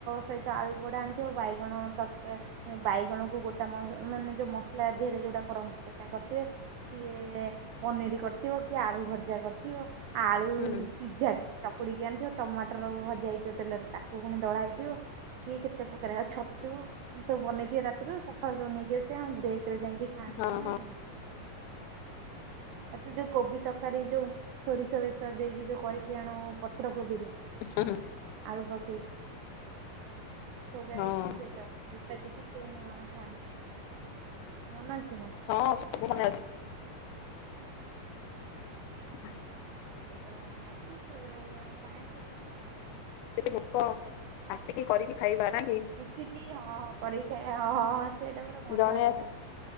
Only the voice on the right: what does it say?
ସହିତ ଆଳୁ ପୋଡା ଆଣିଥିବ, ବାଇଗଣ ତରକାର ବାଇଗଣକୁ ଗୋଟା ମଶ୍ ମାନେ ଯୋଉ ମସଲା ଦେହରେ ଯୋଉଟା କରନ୍ତି ସେଟା କରିଥିବେ। କିଏ ପନିର କରିଥିବ, କିଏ ଆଳୁ ଭଜା କରିଥିବ, ଆଳୁ
ସିଝା ବି ଚକୁଡିକି ଆଣିଥିବ, ଟମାଟର ଭଜା ହେଇଥିବ ତେଲରେ, ତାକୁ ପୁଣି ଦଳା ହେଇଥିବ। କିଏ କେତେ ପ୍ରକାରେ, ଆଉ ଛତୁ ଏ ସବୁ ବନେଇ ଥିବେ ରାତିରୁ, ସକାଳୁ ସବୁ ନେଇ <unintelligible> ବ୍ରେକରେ ଯାଇକି ଖାଆନ୍ତି,
ମନେ
ଅଛି ନା? ଏ ତୁ ଯୋଉ କୋବି ତରକାରୀ ଯୋଉ ସୋରିଷ ବେଶର ଦେଇକି ଯୋଉ କରିକି ଆଣୁ ପତ୍ର କୋବି ରେ।
ଆଳୁ ପକେଇ, ସେରା
ରୁଟି ସେହିତ ଦୀପା ଦିଦି ତୁ ମୁଁ ଆମେ ଖଆନ୍ତି ମନେ ଅଛି ନା।
ହଁ ସେ ସବୁ ମନେ ଅଛି ସେଗୁଡ଼ା ଵି ଆମେ ଖାଇଛୁ।
କି ହଁଁ କରିକି ଖଇବା ହଁ ହଁ ହଁ ସେଇଟା ପୁରା ମଜା
ଅଲଗା